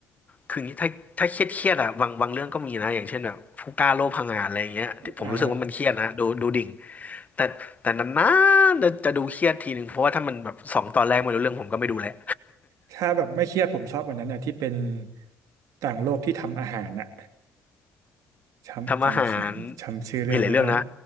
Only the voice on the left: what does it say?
คืออย่างงี้ถ้าถ้าเครียดเครียดอะบางบางเรื่องก็มีนะอย่างเช่นแบบผู้กล้าโลภพังงาดอะไรอย่างเงี้ยที่ผมรู้สึกว่ามันเครียดนะดูดูดิ่ง
แต่แต่นานๆจะจะดูเครียดทีหนึ่งเพราะว่าถ้ามันแบบสองตอนแรกไม่รู้เรื่องผมก็ไม่ดูแหละ
<laughs> ทำอาหารมีหลายเรื่องนะ